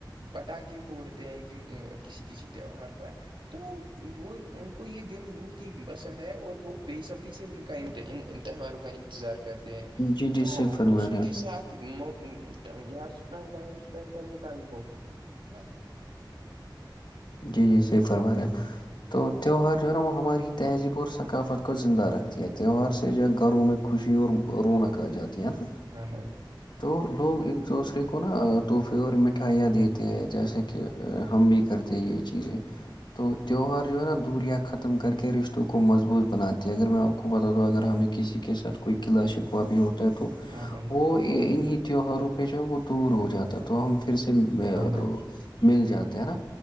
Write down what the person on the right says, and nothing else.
پٹاخے پھوڑتے ہیں کن کسی کسی تہوار پر تو وہ ان کو یہ دن بہت ہی پسند ہے اور وہ بےصبری سے ان کا انتی ان ان تہواروں کا انتظار کرتے ہیں
تو
۔ <unintelligible> مق یا سپینڈ ائم سپینڈ کرنے کا موقع <unintelligible>
ہاں بھائی
ہاں بھائی
ہاں بھائی